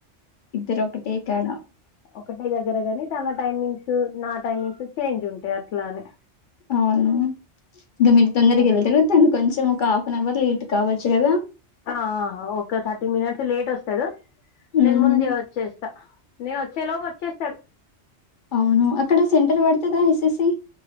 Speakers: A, on the left; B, on the left.
A: ఇద్దరు ఒక్కటే కాడ
B: ఒక్కటే దగ్గర కానీ తన టైమింగ్స్ నా టైమింగ్స్ చేంజ్ ఉంటాయి అట్లాని
A: అవును ఇంక మీరు తొందరకి
B: అందుకు
A: వెళ్తారు తను కొంచెం ఒక హఫనోవర్ లేట్ కావచ్చుకదా
B: ఆ హ ఓక థర్టీ మినిట్స్ లేట్ వస్తాడు
A: ఉహు
B: నేను ముందే వచ్చేస్తా నేను వచ్చే లోపు వచ్చేస్తాడు
A: అవును అక్కడ సెంటర్ పడతాదా ఎస్ ఎస్ సి